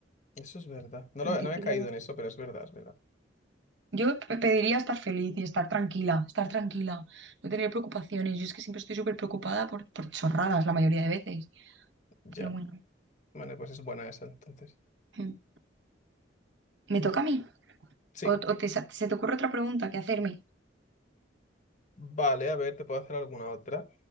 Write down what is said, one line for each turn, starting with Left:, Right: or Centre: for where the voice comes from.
Left: eso es verdad. No
Right: Como
Left: lo,
Right: que
Left: no
Right: queda
Left: he caído en eso, pero es verdad, es verdad.
Right: Yo pe- pediría estar feliz y estar tranquila, estar tranquila, no tener preocupaciones. Yo es que siempre estoy súper preocupada por, por chorradas la mayoría de veces.
Left: Ya.
Right: Pero bueno,
Left: Bueno, pues es buena esa entonces.
Right: mm. ¿me
Left: A
Right: toca
Left: ver.
Right: a mí?
Left: Sí.
Right: ¿O, o te, sa- se te ocurre otra pregunta que hacerme?
Left: Vale, a ver, te puedo hacer alguna otra.